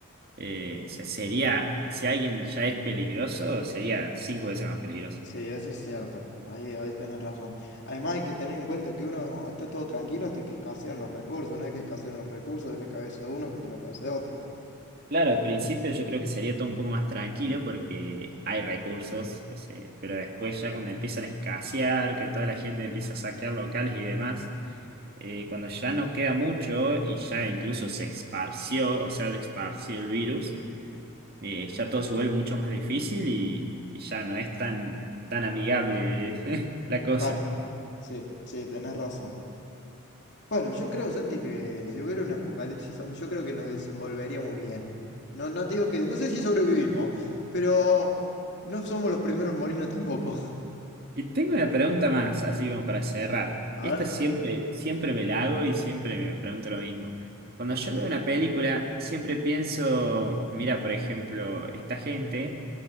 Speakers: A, on the right; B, on the left.
A: eh, se- sería, si alguien ya es peligroso, sería cinco veces más peligroso.
B: Sí, eso es cierto. Ahí, ahí tenés razón. Además hay que tener en cuenta que uno está todo tranquilo hasta que escasean los recursos. Una vez que escasean los recursos, de la cabeza de uno contra la cabeza de otro.
A: Claro, al principio yo creo que sería todo un poco más tranquilo porque hay recursos, o sea, pero después ya cuando empiezan a escasear, que toda la gente empieza a saquear locales y demás. eh, cuando ya no queda mucho y ya incluso se esparció, o sea, se esparció el virus, eh, ya todo se vuelve mucho más difícil y, y ya no es tan, tan amigable <laughs> la cosa.
B: Claro, sí, sí, tenés razón. Bueno, yo creo, Santi, que si hubiera un apocalipsis zombie, yo creo que nos desenvolveríamos bien. No, no te digo que, no sé si sobrevivimos, pero no somos los primeros en morirnos tampoco. <laughs>
A: Y tengo una pregunta más, así como para cerrar.
B: A
A: Y esta
B: ver,
A: siempre, siempre me la hago y siempre me pregunto lo mismo. Cuando yo veo una película, siempre pienso, mira, por ejemplo, esta gente